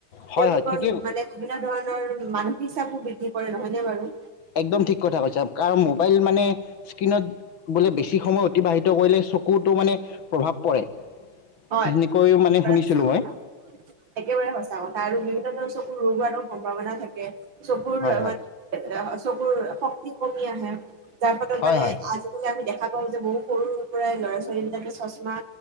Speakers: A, on the left; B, on the right.
A: হয়
B: তেওঁলোকৰ
A: হয় ঠিকেই
B: মানে বিভিন্ন ধৰণ ণৰ মানসিক চাপো বৃদ্ধি কৰে নহয়নে বাৰু?
A: একদম ঠিক কথা কৈছা, কাৰণ মোবাইল মানে স্ক্ৰীণত বোলে বেছি সময় অতিবাহিত কৰিলে চকুতো মানে প্ৰভাৱ পৰে।
B: হয়,
A: সেনেকৈও
B: একেবাৰে
A: মানে শুনিছিলোঁ
B: সচা
A: মই
B: কথা, একেবাৰে সঁচা কথা আৰু <unintelligible> চকুৰ ৰোগ হোৱাৰো সম্ভাৱনা থাকে। চকুৰ
A: হয় হয়
B: মানে চকুৰ শক্তি কমি আহে যাৰ ফলত
A: হয়
B: মানে
A: হয়
B: আজিকালি আমি দেখা কওঁ যে বহু সৰু পৰাই ল'ৰা ছোৱালী বিলাকে চচমা